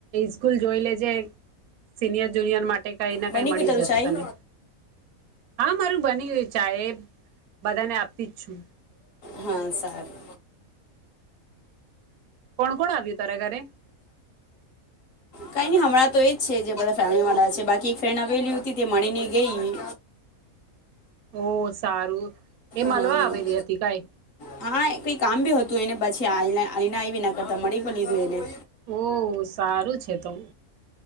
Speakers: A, on the right (about 80°); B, on the left (about 60°).
A: સ્કૂલ જોઈ લેજે સિનિયર-જુનિયર માટે કંઈ ન ને
B: બની
A: કંઈ મળી
B: ગયું તારું
A: જશે
B: ચાય
A: તને હા મારું બની ગયું, ચા એ બધાને આપતી જ છું
B: હા સારું.
A: કોણ કોણ આવ્યું તારા ઘરે?
B: કાંઈ નહીં હમણાં તો એજ છે જે બધા ફેમિલી વા છે બાકી એક ફ્રેન્ડ આવેલી હતી તે મળીને ગઈ
A: ઓ સારું એ મલવા
B: હા
A: આવેલી હતી કઈ
B: હા કંઈ કામ બી હતું એને પછી આવીહીને આવીને કરતાં મળી પણ લીધું એને
A: ઓ સારું છે તો.